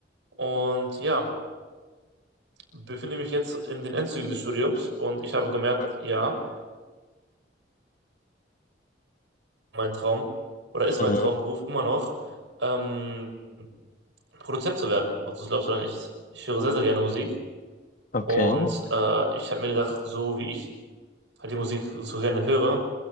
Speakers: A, on the right (about 85°); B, on the left (about 45°).
A: Und ja, befinde mich jetzt in den Endzügen des Studiums und ich habe gemerkt,
B: Mhm.
A: ja, mein Traum oder ist
B: Mhm.
A: mein Traumberuf immer noch, ähm, Produzent zu werden, ob du es glaubst oder nicht. Ich höre sehr, sehr gerne Musik
B: Okay.
A: und äh, ich habe mir gedacht, so wie ich halt die Musik so gerne höre,